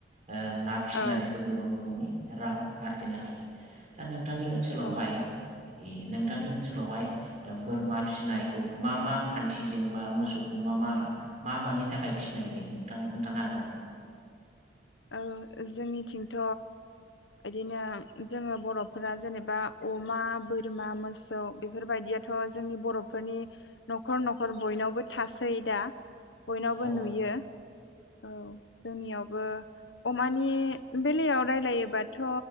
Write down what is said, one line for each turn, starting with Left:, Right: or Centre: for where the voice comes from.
Right: ओ ना फिसिनानैबो
Left: औ
Right: गोबां बिबुंनि रां आरजिनो हायो दा नों थांनि ओनसोलावहाय
Left: औ
Right: इदि नोंथांनि ओनसोलावहाय ओ बोरमा फिसिनायखौ मा मा खान्थिजों बा मोसौखौ मा मा मा मानि थाखाय फिसिनाय जायो नोंथाङा खोन्थानो हागोन नामा?
Left: औ जोंनिथिंथ' इदिनो जोङो बर'फोरा जेनेबा अमा, बोरमा, मोसौ बेफोरबायदियाथ' जोंनि बर'फोरनि न'खर न'खर बयनावबो थास सै दा बयनावबो
Right: औ
Left: नुयो। औ जोंनियावबो अमानि बेलायाव रायलायोबाथ'